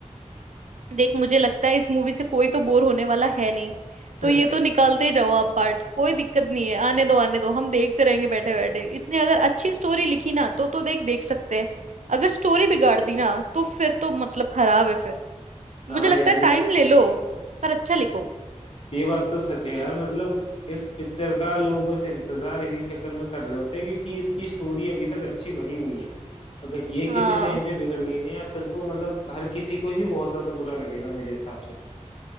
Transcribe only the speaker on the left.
<laughs>
हाँ
यार
ये बात तो सच है यार मतलब इस पिक्चर का लोग बस इंतजार इसी चक्कर में कर रहे होते हैं क्योंकि इसकी स्टोरी अभी तक अच्छी बनी हुई है अगर ये किसी
टाइम पे बिगड़ गई ना यार फिर तो मतलब हर किसी को ही बहुत ज्यादा बुरा लगेगा मेरे हिसाब से